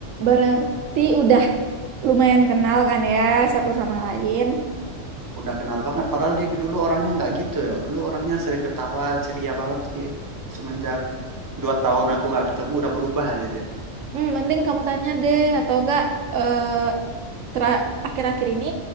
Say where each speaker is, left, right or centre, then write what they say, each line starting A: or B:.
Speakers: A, on the right (about 70°); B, on the right (about 20°).
A: berarti udah lumayan kenal kan ya satu sama lain
B: udah kenal banget padahal dia dulu orangnya nggak gitu ya dulu orangnya sering ketawa ceria banget tapi semenjak dua tahun aku nggak ketemu udah berubah aja dia
A: hmm, mending kamu tanya deh atau enggak eh tra- akhir-akhir ini